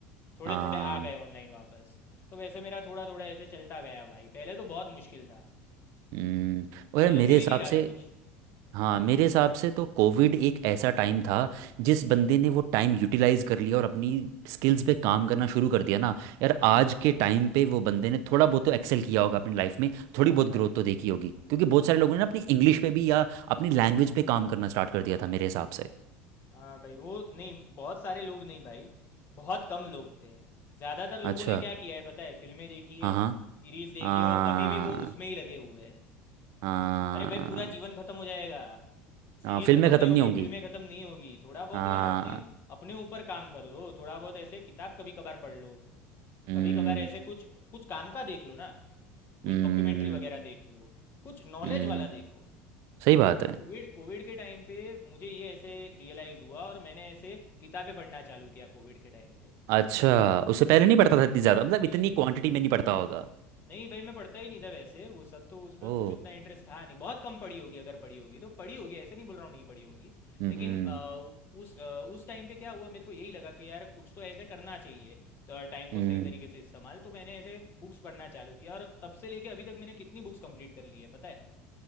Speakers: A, on the left (about 35°); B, on the right (about 50°).
A: थोड़े
B: हाँ
A: थोड़े आ गए ऑनलाइन वापस तो वैसे मेरा थोड़ा थोड़ा ऐसे चलता गया भाई पहले तो बहुत मुश्किल था
B: हम्म और
A: पहले
B: यार मेरे
A: तो मिल
B: हिसाब
A: ही नहीं रहा
B: से
A: था कुछ
B: हाँ मेरे हिसाब से तो कोविड एक ऐसा टाइम था जिस बंदे ने वो टाइम यूटिलाइज कर लिया और अपनी स्किल्स पे काम करना शुरू कर दिया ना यार आज के टाइम पे वो बंदे ने थोड़ा बहुत तो एक्सेल किया होगा अपनी लाइफ में थोड़ी
A: हाँ
B: बहुत
A: भाई
B: ग्रोथ तो देखी होगी क्योंकि बहुत
A: हाँ
B: सारे
A: भाई
B: लोगों ने ना अपनी इंग्लिश पे भी या अपनी लैंग्वेज पे काम करना स्टार्ट कर दिया था मेरे हिसाब से
A: हाँ भाई वो नहीं बहुत सारे लोग नहीं भाई बहुत कम लोग थे ज़्यादातर लोगों
B: अच्छा
A: ने क्या किया है पता है फिल्में देखी है
B: हाँ हाँ
A: सीरीज देखी
B: हाँ
A: है और अभी भी वो उसमें ही लगे हुए हैं
B: हाँ
A: अरे भाई पूरा जीवन खत्म हो जाएगा सीरीज
B: हाँ, फिल्में
A: खत्म
B: ख़त्म
A: नहीं होगी
B: नहीं होंगी
A: फिल्में खत्म नहीं होगी थोड़ा बहुत
B: हाँ
A: यार अपने अपने ऊपर काम कर लो थोड़ा बहुत ऐसे किताब कभी कभार पढ़ लो
B: हम्म
A: कभी कभार ऐसे कुछ कुछ काम का देख लो ना कुछ
B: हम्म
A: डॉक्यूमेंट्री वगैरह देख लो कुछ नॉलेज
B: हम्म
A: वाला देखो
B: सही बात
A: ये
B: है
A: कोविड कोविड के टाइम पे मुझे ये ऐसे रियलाइज हुआ और मैंने ऐसे किताबें पढ़ना चालू किया कोविड के टाइम पे
B: अच्छा उससे पहले नहीं पढ़ता था इतनी ज़्यादा मतलब
A: नहीं
B: इतनी
A: नहीं
B: क्वांटिटी
A: उतना
B: में नहीं पढ़ता होगा
A: नहीं भाई मैं पढ़ता ही नहीं था वैसे वो सब तो उसमें
B: ओ
A: कुछ इतना इंटरेस्ट था नहीं बहुत कम पढ़ी होगी अगर पढ़ी होगी तो पढ़ी होगी ऐसे नहीं बोल रहा हूँ नहीं पढ़ी होगी
B: हम्म
A: लेकिन अ, उस अ, उस टाइम पे क्या हुआ मेरे को यही लगा कि यार कुछ तो ऐसे करना चाहिए तो टाइम को
B: हम्म
A: सही तरीके से इस्तेमाल तो मैंने ऐसे बुक्स पढ़ना चालू किया और तब से लेके अभी तक मैंने कितनी बुक्स कंप्लीट कर ली है पता है